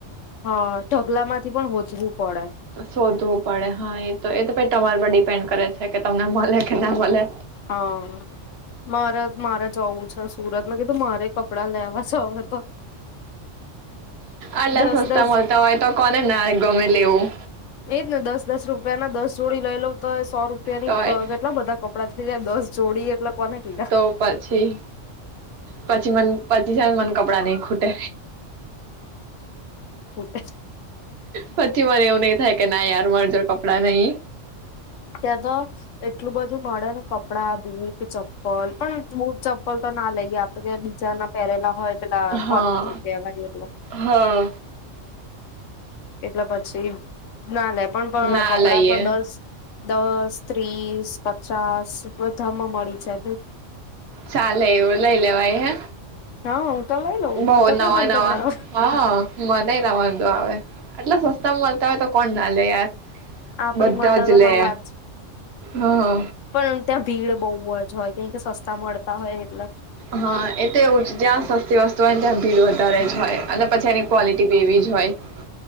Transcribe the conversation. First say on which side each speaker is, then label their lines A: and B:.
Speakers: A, on the left (about 75°); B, on the right (about 60°).
A: હા ઢગલા માંથી પણ હોજવું પડે
B: શોધવું પડે હા એ તો એ તો પ તમાર પર ડિપેન્ડ કરે છે કે તમને મળે કે ના મળે.
A: હા મારે મારે જવું છે સુરત માં કીધું મારે કપડાં લેવા સ તો
B: આલા
A: દસ
B: સસ્તા
A: દસ
B: મળતા હોય તો કોને ના ગમે લેવું.
A: એજ ને દસ દસ રૂપિયા ના દસ જોડી લઈ લઉ તો સો રૂપિયાની
B: તોય
A: ક કેટલા બધા કપડા છે જ્યાં દસ જોડી એટલે કોને કીધા
B: તો પછી. પછી મન પછી છે મને કપડાં નહી ખૂટે.
A: અ
B: પછી મને એવું નહી થાય કે ના યાર માર જોડે કપડાં નહી.
A: ત્યાં તો એટલું બધું મળે ને કપડા, બૂટ ચપ્પલ પણ બુટ ચ હોલ તો ના લઈ. આપડે બીચા ના પહેરેલા હોય પેલા
B: હા
A: પનોતી કેહેવાયલા.
B: હા
A: એટલે પછી ના લે પણ પણ
B: ના
A: કપડા
B: લઈએ
A: તો દસ દ ત્રીસ, પચાસ બધામાં મળી જાય બ
B: ચાલે એવું લઈ લેવાય હે
A: હા હું તો લઈ લઉં
B: બહુ
A: મને તો
B: નવા
A: કઈ વાંધો
B: નવા.
A: ના આવે
B: હા. નહી ના વાંધો આવે એટલે તમ તમે તો કોણ નાલે યાર.
A: આપડી
B: બધા
A: માટેટા
B: જ લે
A: તો નવાજ
B: હા
A: પણ ત્યાં ભીડ બહુ હોય. હોય કંઈક સસ્તા મળતા હોય એટલે.
B: હા એ તો એવું જ્યાં સસ્તી વસ્તુ હોય ને ત્યાં ભીડ વધારે જ હોય. અને પછી એની ક્વોલિટી બી એવી જ હોય.